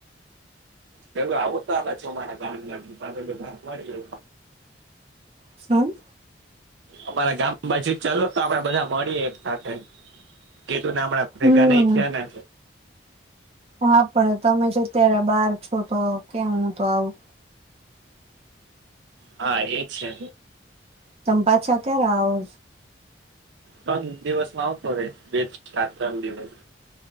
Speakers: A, on the right; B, on the right.
A: પેું આવતા છે મારા ગામેડી ગ
B: શું
A: અમારા ગામ બાજુ ચાલ તો આપડે બધા મળીએ એ સાથે કીધું ને હણાં ભેગાને
B: હમ
A: ઈઠિયા ને
B: હા પણ તમે જેત્યારે બાર છો તો કેમ હું તો આવું
A: હા એજ છે
B: તમ પાાછા ક્યા ર
A: ત્રણ દિવસ માં આવતો રહેે બે સાત ત્રણ દિવસ